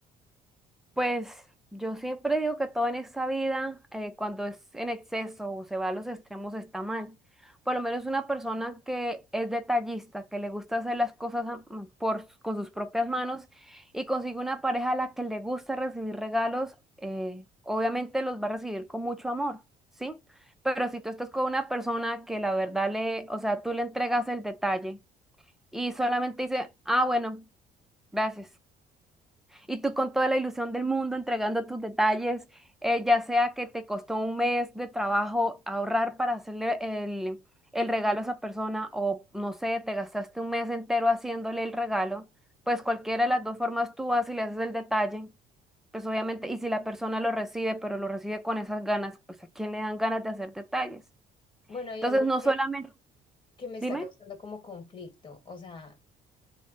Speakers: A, in the centre; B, on the left (about 30°).
A: Pues yo siempre digo que todo en esta vida, eh, cuando es en exceso o se va a los extremos, está mal. Por lo menos una persona que es detallista, que le gusta hacer las cosas a- mm, por, con sus propias manos y consigue una pareja a la que le gusta recibir regalos, eh, obviamente los va a recibir con mucho amor, ¿sí? Pero si tú estás con una persona que la verdad le, o sea, tú le entregas el detalle y solamente dice, ah, bueno, gracias. Y tú con toda la ilusión del mundo entregando tus detalles, eh, ya sea que te costó un mes de trabajo ahorrar para hacerle el, el regalo a esa persona o no sé, te gastaste un mes entero haciéndole el regalo, pues cualquiera de las dos formas tú vas y le haces el detalle, pues obviamente, y si la persona lo recibe, pero lo recibe con esas ganas, pues ¿a quién le dan ganas de hacer detalles?
B: Bueno, hay
A: Entonces,
B: algo
A: no
B: que,
A: solamente,
B: que me está
A: dime.
B: causando como conflicto. O sea,